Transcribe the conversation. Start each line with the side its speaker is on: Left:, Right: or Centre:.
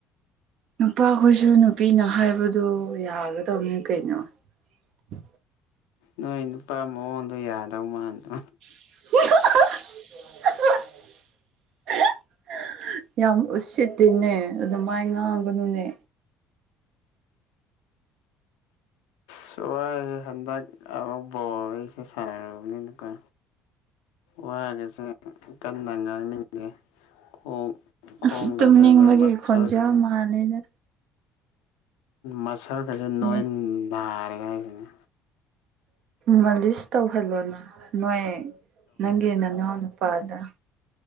Right: ꯅꯨꯄꯥꯈꯣꯏꯁꯨ ꯅꯨꯄꯤꯅ ꯍꯥꯏꯕꯗꯣ ꯌꯥꯒꯗꯧꯅꯤ ꯀꯩꯅꯣ <unintelligible>
Left: ꯅꯣꯏ ꯅꯨꯄꯥ ꯃꯑꯣꯡꯗꯣ ꯌꯥꯗꯧ ꯃꯜꯗꯣ
Right: <unintelligible> ꯌꯥꯝ ꯎꯁꯤꯛꯇꯅꯦ ꯑꯗꯨꯗ ꯃꯥꯏ ꯉꯥꯡꯒꯅꯨꯅꯦ
Left: ꯁꯋꯥꯏ ꯍꯟꯗꯛ ꯑꯃꯨꯛ ꯕꯣꯔ ꯑꯩꯁꯦ ꯁꯥꯟꯅꯨꯔꯕꯅꯤꯅꯀꯣ ꯋꯥꯒꯁꯦ ꯀꯟꯅ ꯉꯥꯡꯅꯤꯡꯗꯦ ꯑꯣꯣꯡ ꯈꯣꯡ
Right: ꯑꯁ ꯇꯨꯝꯅꯤꯡꯕꯒꯤ
Left: ꯀꯁ ꯂꯣꯏ ꯃꯔ
Right: ꯈꯣꯟꯖꯦꯜ
Left: ꯀ
Right: ꯃꯥꯜꯂꯦꯗ
Left: ꯃꯁꯜꯒꯁꯦ ꯅꯣꯏ
Right: ꯑꯦ
Left: ꯊꯥꯔꯦ ꯍꯥꯏꯁꯤꯅꯦ
Right: ꯃꯥ ꯂꯤꯁ ꯇꯧꯍꯜꯂꯣꯅ ꯅꯣꯏ ꯅꯪꯒꯤ ꯅꯅꯎ ꯅꯨꯄꯥꯗ